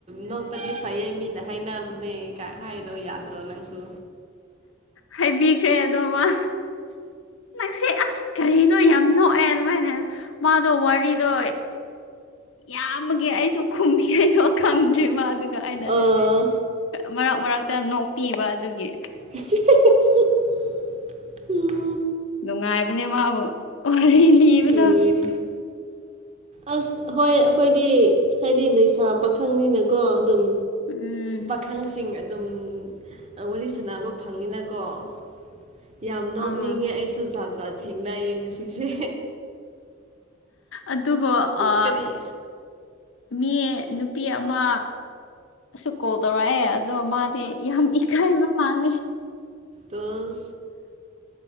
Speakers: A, on the right; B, on the left.
A: ꯅꯣꯛꯄꯗꯤ ꯐꯩꯌꯦ ꯃꯤꯅ ꯍꯥꯏꯅꯕꯅꯦ ꯀꯥꯏ ꯍꯥꯏꯗꯣ ꯌꯥꯗ꯭ꯔꯣ ꯅꯪꯁꯨ
B: ꯍꯥꯏꯕꯤꯈ꯭ꯔꯦ ꯑꯗꯣ ꯃꯥ ꯅꯪꯁꯦ ꯑꯁ ꯀꯔꯤꯅꯣ ꯌꯥꯝ ꯅꯣꯛꯑꯦ ꯑꯗꯨꯃꯥꯏꯅ ꯃꯥꯗꯣ ꯋꯥꯔꯤꯗꯣ ꯌꯥꯝꯕꯒꯤ ꯑꯩꯁꯨ ꯈꯨꯝꯕꯤꯔꯩꯗꯣ ꯈꯪꯗ꯭ꯔꯤ ꯃꯥꯁꯨꯀ ꯑꯗꯨꯒ ꯑꯩꯅ
A: ꯑꯥ
B: ꯃꯔꯛ ꯃꯔꯛꯇ ꯅꯣꯛꯄꯤꯕ ꯑꯗꯨꯒꯤ
A: <unintelligible>
B: ꯅꯨꯡꯉꯥꯏꯕꯅꯦ ꯃꯥꯕꯨ ꯋꯥꯔꯤ ꯂꯤꯕꯗꯣ
A: ꯎꯝ ꯑꯁ ꯍꯣꯏ ꯑꯈꯣꯏꯗꯤ ꯍꯥꯏꯗꯤ ꯂꯩꯁꯥ ꯄꯥꯈꯪꯅꯤꯅꯀꯣ ꯑꯗꯨꯝ
B: ꯎꯝ
A: ꯄꯥꯈꯪꯁꯤꯡ ꯑꯗꯨꯝ ꯋꯥꯔꯤ ꯁꯥꯟꯅꯕ ꯐꯪꯅꯤꯅꯥꯀꯣ ꯌꯥꯝ ꯅꯣꯛꯅꯤꯡꯉꯦ
B: ꯑꯥ
A: ꯑꯩꯁꯨ ꯖꯥꯠ ꯖꯥꯠ ꯊꯦꯡꯅꯩꯌꯦ ꯉꯁꯤꯁꯦ
B: ꯑꯗꯨꯕꯣ ꯑ
A: ꯀꯔꯤ
B: ꯃꯤ ꯅꯨꯄꯤ ꯑꯃ ꯉꯁꯤ ꯀꯣꯜ ꯇꯧꯔꯛꯑꯦ ꯑꯗꯣ ꯃꯥꯗꯤ ꯌꯥꯝ ꯏꯀꯥꯏꯕ ꯃꯥꯜꯂꯦ
A: ꯭ꯎꯝ